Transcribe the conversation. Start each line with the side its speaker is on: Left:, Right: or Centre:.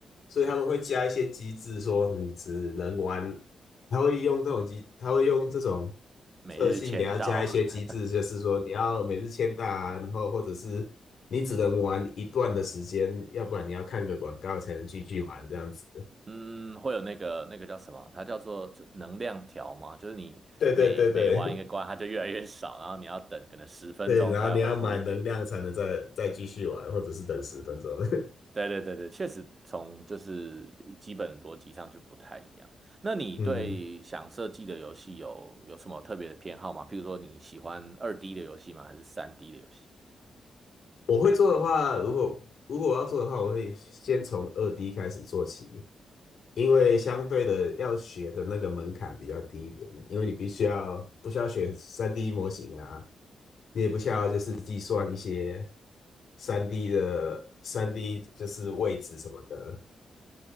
Left: 所以他们会加一些机制，说你只能玩，他会用这种机，他会用这种
Right: 每日签到，
Left: 特性给他加一些机制，
Right: <laughs>
Left: 就是说你要每日签到啊，然后或者是你只能玩一段的时间，要不然你要看个广告才能继续玩这样子。
Right: 嗯，会有那个那个叫什么？它叫做就能量条嘛，就是你每每玩一个关，
Left: 对对对对。<laughs>
Right: 它就越来越少，然后你要等可能十分钟才会恢复一点。
Left: 对，然后你要买能量才能再再继续玩，或者是等十分钟。<laughs>
Right: 对对对对，确实从就是基本逻辑上就不太一样。那你对想设计的游戏有有什么特别的偏好吗？
Left: 嗯，
Right: 比如说你喜欢二 D 的游戏吗？还是三 D 的游戏？
Left: 我会做的话，如果如果我要做的话，我会先从二 D 开始做起，因为相对的要学的那个门槛比较低一点嘛因为你必须要不需要学三 D 模型啊，你也不需要就是计算一些
Right: 嗯
Left: 三 D 的三 D 就是位置什么的，